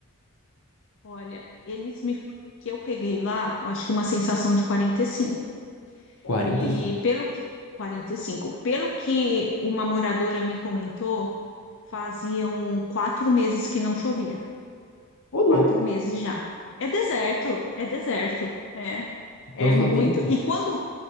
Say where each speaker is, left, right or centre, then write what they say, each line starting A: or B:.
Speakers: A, on the left; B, on the left.
A: Olha, eles me que eu peguei lá, eu acho que uma sensação de 45.
B: 45.
A: E cinco. E pelo que 45, pelo que uma moradora me comentou, faziam quatro meses que não chovia.
B: Ô,
A: Quatro
B: louco.
A: meses já. É deserto, é deserto. É,
B: Então
A: é
B: só
A: muito.
B: tem.
A: E quando,